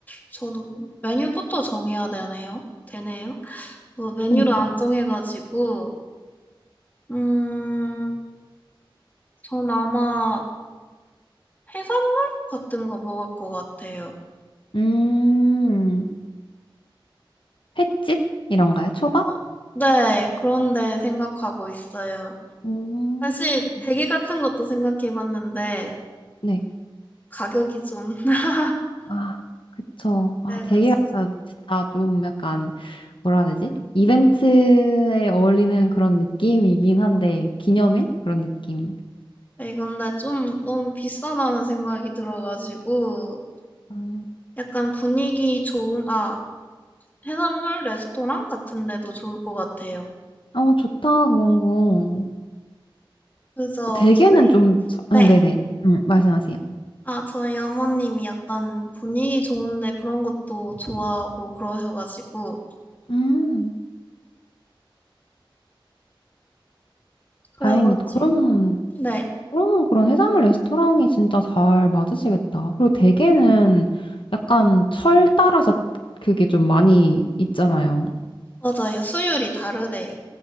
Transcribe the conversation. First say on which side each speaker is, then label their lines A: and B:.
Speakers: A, on the left; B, on the left.
A: 저도 메뉴부터 정해야 되네요. 되네요. 뭐 메뉴를
B: 그니까.
A: 안 정해가지고, 음, 전 아마 해산물 같은 거 먹을 것 같아요.
B: 음, 횟집? 이런가요? 초밥?
A: 어, 네, 그런데 생각하고 있어요.
B: 음,
A: 사실 대게 같은 것도 생각해봤는데
B: 네.
A: 가격이 좀 <laughs>
B: 아, 그쵸. 아,
A: 그래가지고
B: 되게 진짜 진짜 좀 약간 뭐라 해야 되지? 이벤트에 어울리는 그런 느낌이긴 한데, 기념일? 그런 느낌.
A: 아, 이건데 좀 너무 비싸다는 생각이 들어가지고
B: 음.
A: 약간 분위기 좋은 아 해산물 레스토랑 같은 데도 좋을 것 같아요.
B: 어, 좋다, 그런 거.
A: 그래서
B: 대게는
A: 저희
B: 좀, 자- 아,
A: 네.
B: 네네. 음, 말씀하세요.
A: 아, 저희 어머님이 약간 분위기 좋은데 그런 것도 좋아하고 그러셔가지고
B: 음,
A: 그래가지고
B: 다행이다. 그러면은,
A: 네,
B: 그러면 그런 해산물 레스토랑이 진짜 잘 맞으시겠다. 그리고 대게는 약간 철 따라서 그게 좀 많이 있잖아요.
A: 맞아요. 수율이 다르대요.